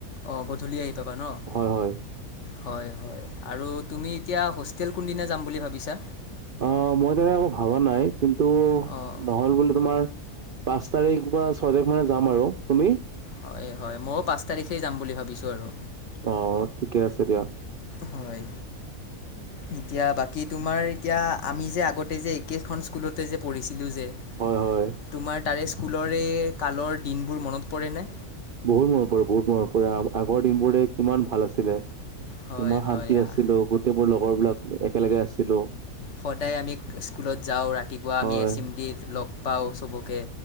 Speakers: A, on the left; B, on the right.
A: অ', গধূলি আহি পাবা ন'।
B: হয় হয়
A: হয় হয়, আৰু তুমি এতিয়া হোষ্টেল কোনদিনা যাম বুলি ভাবিছা?
B: আ, মই তেনেকে একো ভাবা নাই কিন্তু
A: অঁ
B: নহ'ল বুলি তোমাৰ পাঁচ তাৰিখ বা ছয় তাৰিখ মানে যাম আৰু। তুমি?
A: হয় হয়, ময়ো পাঁচ তাৰিখে যাম বুলি ভাবিছোঁ আৰু।
B: অ', ঠিকে আছে দিয়া।
A: হয়। এতিয়া বাকী তোমাৰ এতিয়া আমি যে আগতে যে একেইখন স্কুলত তে যে পঢ়িছিলোঁ যে,
B: হয় হয়
A: তোমাৰ তাৰে স্কুলৰে কালৰ দিনবোৰ মনত পৰেনে?
B: বহুত মনত, পৰে বহুত মনত পৰে। আগ-আগৰ দিনবোৰে কিমান ভাল আছিলে।
A: হয়
B: কি মই শান্তি
A: হয় আহ
B: আছিলোঁ, গোটেইবোৰ লগৰবিলাক একেলগে আছিলোঁ।
A: সদায় আমি স্কুলত যাওঁ, ৰাতিপুৱা
B: হয়
A: আমি এচেম্বলিত লগ পাওঁ চবকে।